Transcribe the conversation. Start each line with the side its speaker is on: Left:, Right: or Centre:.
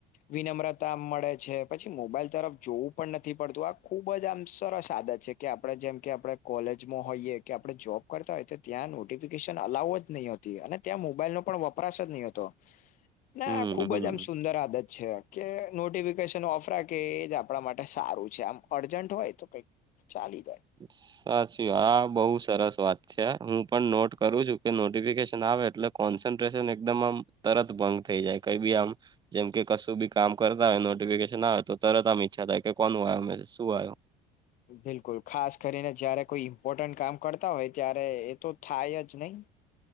Left: વિનમ્રતા મળે છે પછી મોબાઈલ તરફ જોવું પણ નથી પડતું આ ખુબ જ આમ સરસ આદત છે. કે આપણેે જેમ કે આપડે કોલેજમાં હોઈએ કે આપડે જોબ કરતા હોય તો ત્યાં ન તો કેશન અલાઉ જ નહીતી અને ત્યાં મોબાઈલ નો પણ વપરાશ જ નહીં હતો. ના
Right: હમ
Left: ખુબ
Right: હમ
Left: જ આમ સુંદર આદત છે કે નોટિફિકેશન ઓફ રાખે એ જ આપણા માટે સારું છે આમ અર્જન્ટ હોય તો કઈક ચાલી.
Right: સાચી હા બહુ સરસ વાત છે હું પણ નોટ કરું છું કે નોટફિકેશન આવે એટલે કોન્સ્રેશન એકદમ આમ તરત ભંગ થઈ જાય કઈ બી આમ જેમ કે કશું બી કામ કરતા હોય નોટિફિકેશન આવે તો તરત આમ ઈચ્છા થાય કે કોનું આયો મે શું આવ્યું.
Left: બિલકુલ ખાસ કરીને જયારે કોઈ ઈમ્પોર્ટન્ટ કામ કરતા હોય ત્યારે એ તો થાય જ નહી.